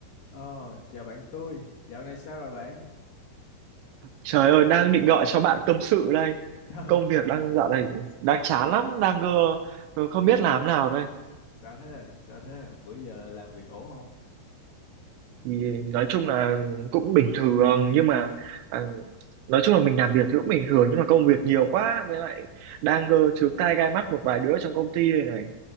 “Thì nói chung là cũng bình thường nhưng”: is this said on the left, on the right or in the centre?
Right